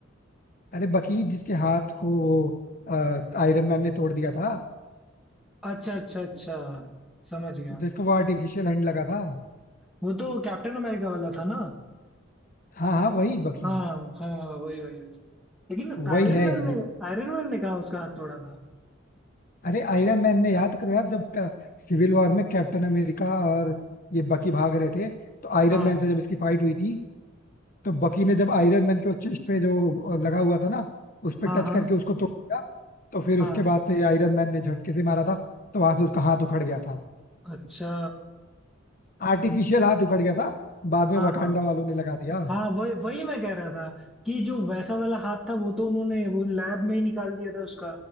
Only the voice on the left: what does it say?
अरे बकीर जिसके हाथ को वो आयरन मैन ने तोड़ दिया था
जिसको वो आर्टिफिशियल हैंड लगा था
हाँ हाँ वही बकीर
वही है
इसमें
अरे आयरन मैन ने याद करो यार जब सिविल वॉर में कैप्टन अमेरिका और ये बकी भाग रहे थे तो आयरन
मैन से जब इसकी फाइट हुई थी तो बकी ने जब आयरन मैन के चेस्ट पे जो लगा हुआ था ना उस पे
टच
करके उसको तोड़ दिया तो फिर उसके
बाद से आयरन मैन ने झटके से मारा था तो वहां से उसका हाथ उखड़ गया था
आर्टिफिशियल हाथ उखड़ गया था बाद में
वकांडा
वालों ने लगा दिया